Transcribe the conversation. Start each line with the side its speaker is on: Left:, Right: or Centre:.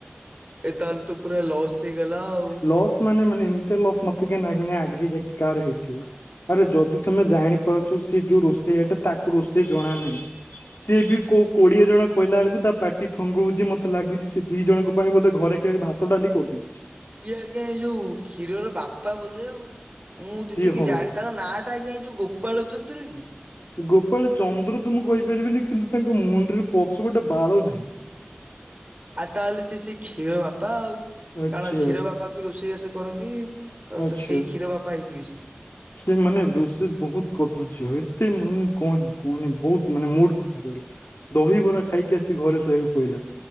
Right: ଏଇ ତାହେଲେ ତ ପୁରା ଲସ୍ ହେଇଗଲା ଆଉ।
Left: ଲସ୍ ମାନେ ମାନେ ଏମତିଆ ଲସ୍, ମତେ କାଇଁ ଲାଗୁନି ଆଜି ଯାଏ କାହାର ହେଇଥିବ। ଆରେ ଯଦି ତମେ ଜାଣିପାରୁଛ ସେ ଯୋଉ ରୋଷେଇଟା, ତାକୁ ରୋଷେଇ ଜଣା ନାହିଁ? ସିଏ ବି କୋଉ କୋଡିଏ ଜଣ କହିଲା ବେଳକୁ ତା ପାଟି ଥଙ୍ଗଉଛି, ମତେ ଲାଗୁଛି ସେ ଦି ଜଣଙ୍କ ପାଇଁ ବୋଧେ ଘରେ କେବେ ଭାତ ଡାଲି କରିଦେଇଛି।
Right: ସିଏ ଆଜ୍ଞା ଏଇ ଯୋଉ କ୍ଷୀରର ବାପା ବୋଧେ ଆଉ। ମୁଁ
Left: ସିଏ
Right: ଯେତିକି
Left: ହଉ
Right: ଜାଣି, ତାଙ୍କ ନାଁଟା ଆଜ୍ଞା ଏଇ ଯୋଉ ଗୋପାଳ ଚନ୍ଦ୍ର କି?
Left: ଗୋପାଳ ଚନ୍ଦ୍ର ତ ମୁଁ କହିପାରିବିନି, କିନ୍ତୁ ତାଙ୍କ ମୁଣ୍ଡରେ ପଛ ଗୋଟେ ବାଳ ନାହିଁ।
Right: ଆଉ ତାହେଲେ ସେ ସେ କ୍ଷୀର ବାପା ଆଉ, କାରଣ
Left: ଆଚ୍ଛା
Right: କ୍ଷୀର ବାପା ବି ରୋ ରୋଷେଇବାସ କରନ୍ତି,
Left: ଆଚ୍ଛା।
Right: ସେ ସେଇ କ୍ଷୀର ବାପା ହେଇଥିବେ ସେ।
Left: ସେ ମାନେ ରୋଷେଇ ବହୁତ କଦଯ୍ୟ, ଏତେ ମାନେ କୁହନି କୁହନି ବହୁତ ମାନେ ମ ଦହିବରା ଖାଇକି ଆସି ଘରେ ଶୋଇବାକୁ ପଇଲା।